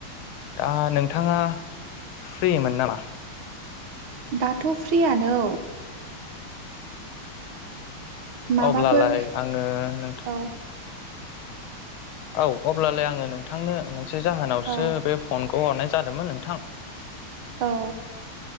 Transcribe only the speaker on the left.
दा नोंथाङा फ्रिमोन नामा
अब्लालाय आङो नोंथां
औ अब्लालाय आङो नोंथांनो मोनसे जाहोनावसो
बे फन खौ हरनाय जादोंमोन नोंथां